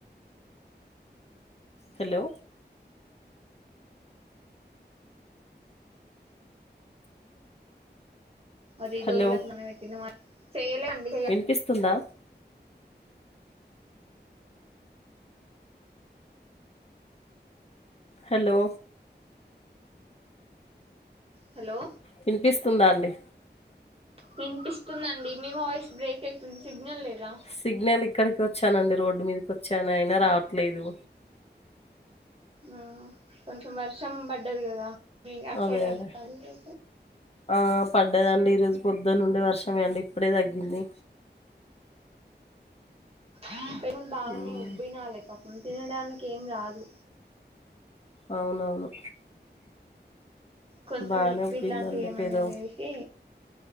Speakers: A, on the left; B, on the right.
A: హలో
B: అదే
A: హలో!
B: <unintelligible> మా చేయలే అండి
A: వినిపిస్తుందా హలో
B: హలో
A: వినిపిస్తుందా అండి
B: వినిపిస్తుందండి మీ వాయిస్ బ్రేక్ అయితుంది సిగ్నల్ లేదా
A: సిగ్నల్ ఇక్కడికి వచ్చానండి రోడ్డు మీదకి వచ్చాను అయినా రావట్లేదు
B: ఆ కొంచెం వర్షం పడ్డది కదా మీ అట్
A: అదే
B: సైడ్ పడ్
A: అదే.
B: ఈ రోజు
A: ఆ పడ్డదండి ఈ రోజు పొద్దున్నుండి వర్షమే అండి ఇప్పుడే తగ్గింది
B: ఆ <inaudible> బాగానే
A: హ్మ్.
B: ఉబ్బినా <inaudible> లేకపోతే తినడానికి ఏం రాదు
A: అవునవును
B: కొంచెం
A: బానే
B: లిక్విడ్
A: ఒప్పిందండి
B: లాంటివి ఏమన్న
A: ఏదో
B: చేసి